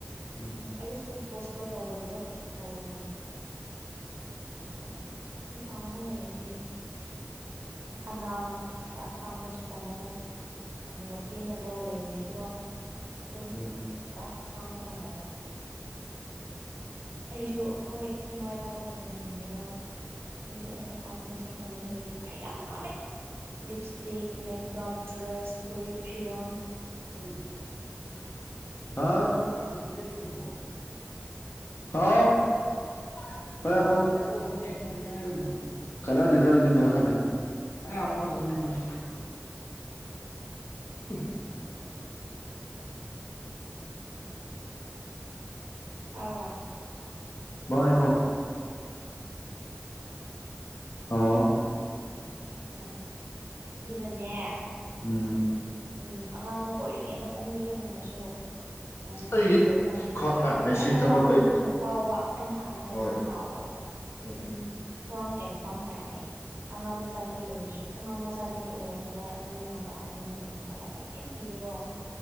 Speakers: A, on the left (about 85°); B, on the right (about 70°).
A: ꯎꯝ
B: ꯑꯔꯤꯁꯨ ꯄꯣꯁ ꯄꯔ ꯇꯧꯗꯕꯗꯣ ꯇꯧꯕꯅꯦꯕ ꯑꯗꯨꯅ ꯅꯨꯄꯥ ꯑꯃ ꯑꯣꯏꯔꯗꯤ ꯑꯅꯥ ꯈꯔ ꯈꯥꯡꯕꯁꯨ ꯇꯝꯃꯣ ꯑꯗꯨꯒ ꯄꯦꯟꯅꯕ ꯂꯩꯕ꯭ꯔꯁꯨꯀꯣ ꯑꯗꯨꯝ
A: ꯎꯝ
B: ꯈꯔ ꯈꯥꯡꯕ ꯇꯝꯃꯣꯕ ꯑꯩꯁꯨ ꯍꯣꯏ ꯏꯃꯥ ꯏꯄꯥꯕꯨ ꯇꯥꯏꯅꯅꯤꯡꯗꯦꯒꯣ ꯑꯩꯁꯨ ꯑꯩꯅ ꯄꯥꯝꯕꯁꯤꯡ ꯍꯧꯖꯤꯛ ꯍꯧꯖꯤꯛ ꯑꯩ ꯌꯥꯝ ꯄꯥꯝꯃꯦ ꯂꯤꯞꯁꯇꯤꯛ ꯃꯦꯛ ꯀꯥꯞ ꯗ꯭ꯔꯦꯁ ꯐꯨꯔꯤꯠ ꯐꯤꯔꯣꯟ
A: ꯎꯝ <unintelligible> ꯑ ꯍꯥꯎ ꯍꯣꯌ ꯉꯏꯈꯣ ꯀꯅꯥꯗꯦꯗ <unintelligible> <unintelligible> <inaudible> <inaudible>
B: ꯇꯥꯕꯔꯥ
A: ꯑꯩꯈꯣ <unintelligible> ꯑꯣ
B: ꯑ ꯑꯗꯨꯅꯅꯦ
A: ꯎꯝ
B: ꯎꯝ ꯑꯉꯥꯡ ꯑꯣꯏꯔꯤꯉꯩ ꯃꯇꯝꯗꯒꯤ ꯍꯧꯅꯁꯨ ꯅꯪ
A: ꯑꯩꯒꯤ
B: ꯑꯗꯨ ꯑꯗꯥ
A: ꯈ꯭ꯋꯥꯡ ꯅꯥꯏꯅꯦ
B: ꯑꯗꯨ ꯑꯩꯅ
A: ꯁꯤ ꯊꯕꯛ
B: ꯋꯥ ꯉꯥꯡꯕꯗꯣ
A: ꯑꯩ
B: ꯍꯥꯟꯅ ꯇꯥꯎꯕ ꯑꯩꯅ ꯍꯥꯟꯅ ꯍꯥꯏꯔꯛꯄ
A: ꯍꯣꯏ
B: ꯇꯥꯎꯕ
A: ꯎꯝ
B: ꯈ꯭ꯋꯥꯡꯑꯦ ꯈ꯭ꯋꯥꯡ ꯅꯥꯏꯑꯦ ꯑꯉꯥꯡ ꯃꯆꯥꯗꯒꯤ ꯑꯣꯏꯔꯁꯨ ꯑꯉꯥꯡ ꯃꯆꯥꯗꯒꯤ ꯑꯣꯏꯔꯛꯄꯗ ꯅꯣꯏꯃꯥꯕꯥꯅ ꯅꯪꯒꯤ ꯑꯋꯥꯠꯄ ꯀꯩꯝ ꯄꯤꯗꯦꯀꯣ